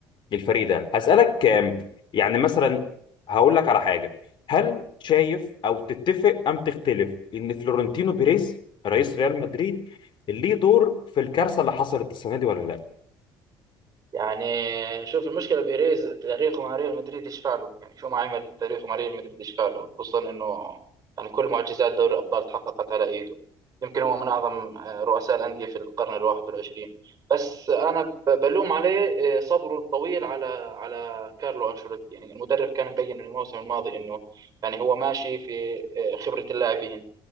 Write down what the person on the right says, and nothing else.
يعني شوف المشكله بيريز تاريخه مع ريال مدريد يشفع له يعني شو ما عمل تاريخه مع ريال مدريد يشفع له خصوصا انه يعني كل معجزات دوري الابطال تحققت على ايده يمكن هو من اعظم آه، رؤساء الانديه في القرن الواحد والعشرين بس انا ب- بلوم عليه آه، صبره الطويل على على كارلو انشيلوتي يعني المدرب كان مبين من الموسم الماضي انه يعني هو ماشي في آه، خبره اللاعبين